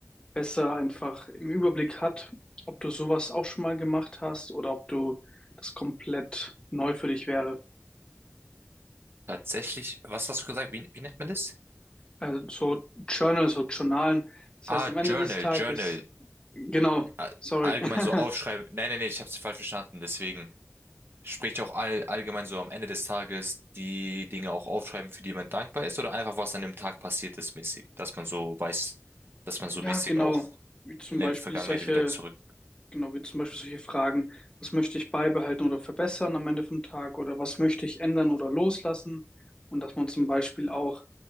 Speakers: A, on the left; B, on the right.
A: besser einfach im Überblick hat, ob du sowas auch schon mal gemacht hast oder ob du das komplett neu für dich wäre.
B: Tatsächlich, was hast du gesagt? Wie, wie nennt man das?
A: Also so Journal, so Journalen. Das
B: Ah,
A: heißt, am
B: Journal,
A: Ende des Tages,
B: Journal.
A: genau,
B: all-
A: sorry.
B: allgemein
A: <laughs>
B: so aufschreiben. Nein, nein, nein, ich habe es falsch verstanden. Deswegen spricht ja auch all, allgemein so am Ende des Tages die Dinge auch aufschreiben, für die man dankbar ist oder einfach was an dem Tag passiert ist mäßig, dass man so weiß, dass man so
A: Ja,
B: mäßig
A: genau.
B: auch
A: Wie zum
B: in der
A: Beispiel
B: Vergangenheit
A: solche
B: wieder zurück.
A: Genau, wie zum Beispiel solche Fragen, was möchte ich beibehalten oder verbessern am Ende vom Tag oder was möchte ich ändern oder loslassen? Und dass man zum Beispiel auch